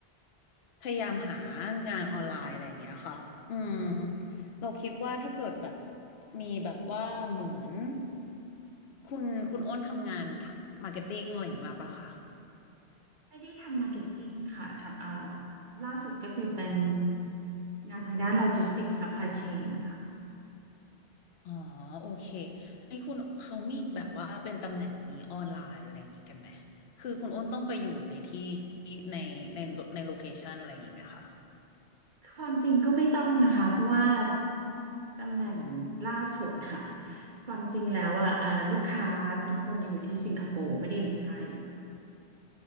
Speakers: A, on the left (about 70°); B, on the right (about 55°).
A: พยายามหางานออนไลน์อะไรอย่างเงี้ยค่ะอืมเราคิดว่าถ้าเกิดแบบมีแบบว่าเหมือนคุณคุณโอ้นทำงานมาร์เก็ตติ้งอะไรอย่างงี้มาปะคะ
B: ไม่ได้ทำมาร์เก็ตติ้งค่ะทำอ่าล่าสุดก็คือเป็นงานทางด้านโลจิสติกส์ซัพพลายเชนค่ะ
A: อ๋อโอเคไอ้คุณเขามีแบบว่าเป็นตำแหน่งนี้ออนไลน์อะไรอย่างงี้กันไหมคือคุณอ้นต้องไปอยู่ในที่ในในในโลเคชันอะไรอย่างงี้ไหมคะ
B: ความจริงก็ไม่ต้องนะคะเพราะว่า ตำแหน่งล่าสุดค่ะ <laughs> ความจริงแล้วอ่ะเอ่อลูกค้าทุกคนเนี่ยอยู่ที่สิงคโปร์ไม่ได้อยู่ไทย